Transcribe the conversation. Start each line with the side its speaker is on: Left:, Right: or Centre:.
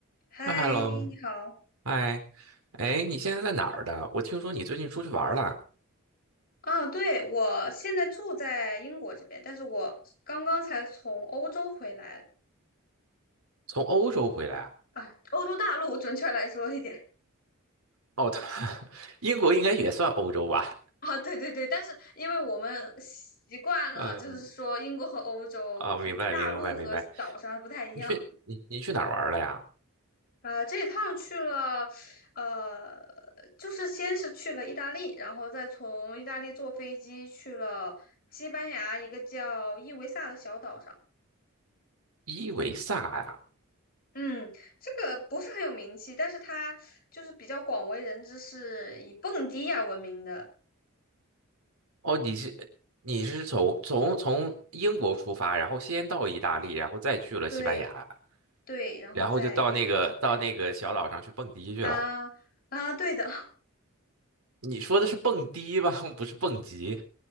Left: 嗨，
Right: 嗨，hello，
Left: 你好。
Right: 嗨，哎，你现在在哪儿的？我听说你最近出去玩儿了，
Left: 啊，对，我现在住在英国这边，但是我刚刚才从欧洲回来
Right: 从欧洲回来啊？
Left: 啊，欧洲大陆准确来说一点
Right: 哦，他 <laughs> 英国应该也算欧洲吧？
Left: 啊，对对对，但是因为我们习惯了，
Right: 嗯，
Left: 就是说英国和欧洲，
Right: 哦，
Left: 就是大陆和岛上不太一样
Right: 明白，明白，明白。你去你你去哪儿玩儿了呀？
Left: 啊。这一趟去了，呃，就是先是去了意大利，然后再从意大利坐飞机去了西班牙一个叫伊维萨的小岛上。
Right: 伊维萨呀？
Left: 嗯，这个不是很有名气，但是他就是比较广为人知，是以蹦迪呀闻名的。
Right: 哦，你是你是从从从英国出发，然后先到意大利，然后再去了西班牙，
Left: 对对，然后再坐飞机回
Right: 然后就到那个到那个小岛上去蹦迪去了。
Left: 来啊啊，对的 <laughs> 啊
Right: 你说的是蹦迪吧？<laughs> 不是蹦极